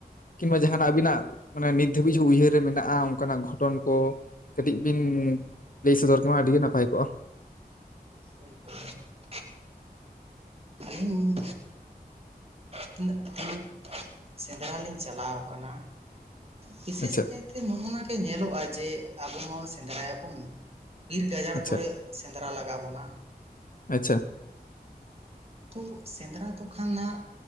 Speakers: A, on the left; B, on the right.
A: ᱠᱤᱱᱵᱟ ᱡᱟᱦᱟᱱᱟᱜ ᱟᱵᱤᱱᱟᱜ ᱱᱤᱛ ᱫᱷᱟᱹᱵᱤᱡ ᱩᱭᱦᱟᱹᱨ ᱨᱮ ᱢᱮᱱᱟᱜ-ᱟ ᱚᱱᱠᱟᱱᱟᱜ ᱜᱷᱚᱴᱚᱱ ᱠᱚ ᱠᱟᱹᱴᱤᱡ ᱵᱤᱱ ᱞᱟᱹᱭ ᱥᱚᱫᱚᱨ ᱠᱚᱜ-ᱟ ᱟᱹᱰᱤ ᱜᱮ ᱱᱟᱯᱟᱭ ᱠᱚᱜ-ᱟ ᱾
B: ᱦᱳᱭ ᱦᱳᱭ ᱾ <inaudible> ᱤᱧ <inaudible> ᱛᱤᱱᱟᱹᱜ ᱟᱞᱤᱧ ᱥᱮᱸᱫᱽᱨᱟ ᱞᱤᱧ ᱪᱟᱞᱟᱣ ᱟᱠᱟᱱᱟ ᱵᱤᱥᱮᱥ
A: ᱟᱪᱪᱷᱟ
B: ᱠᱟᱭᱛᱮ ᱱᱚᱜ-ᱚ ᱱᱟ ᱜᱮ ᱧᱮᱞᱚᱜ-ᱟ ᱡᱮ ᱟᱵᱚ ᱦᱚ ᱥᱮᱸᱫᱽᱨᱟᱭᱟᱵᱚᱱ ᱵᱤᱨ ᱜᱟᱡᱟᱲ
A: ᱟᱪᱪᱷᱟ
B: ᱠᱚᱨᱮᱜ ᱥᱮᱸᱫᱽᱨᱟ ᱞᱟᱜᱟ ᱵᱚᱱᱟ᱾
A: ᱟᱪᱪᱷᱟ᱾
B: ᱛᱚ ᱥᱮᱸᱫᱽᱨᱟ ᱫᱚ ᱠᱷᱟᱱ ᱦᱟᱜ